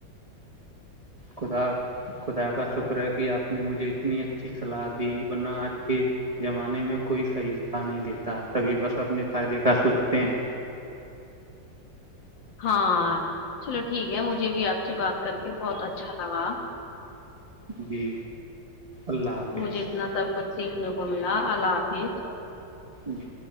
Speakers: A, on the right; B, on the left.
A: خدا خدا کا شکر ہے کہ آپ نے مجھے اتنی اچھی صلاح دی ورنہ اج کے آ کے زمانے میں کوئی صحیح ا نہیں دیتا سبھی بس اپنے فائدے کا سوچتے ہیں
B: ہاں چلو ٹھیک ہے مجھے بھی آپ سے بات کر کے بہت اچھا لگا
A: جی اللہ حافظ
B: مجھے اتنا سب کچھ سیکھنے کو ملا اللہ حافظ
A: جی